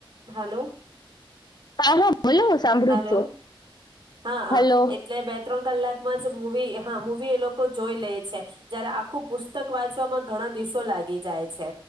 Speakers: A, on the right (about 55°); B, on the left (about 50°).
A: હલો.
B: <unintelligible> સાંભળું
A: હલો
B: જ છું
A: હા હા
B: હલો
A: એટલે બે ત્રણ કલાકમાં જ મવી હા મું વી એ લોકો જોઈ લે છે. જયારે આખું પુસ્ત તક વાંચવામાં ઘણા દિવસો લાગી જાય છે